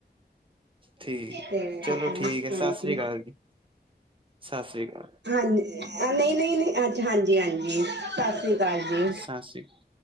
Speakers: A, on the right; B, on the right.
A: ਠੀਕ
B: ਤੇ
A: ਚਲੋ
B: ਹਾਂਜੀ
A: ਠੀਕ ਹੈ ਸਤਿ ਸ੍ਰੀ ਅਕਾਲ ਜੀ ਸਤਿ ਸ੍ਰੀ ਅਕਾਲ
B: ਹਾਂਜੀ ਨਹੀਂ ਨਹੀਂ ਨਹੀਂ ਅੱਜ ਹਾਂਜੀ ਹਾਂਜੀ ਸਤਿ ਸ਼੍ਰੀ ਅਕਾਲ ਜੀ
A: ਸਤਿ ਸ਼੍ਰ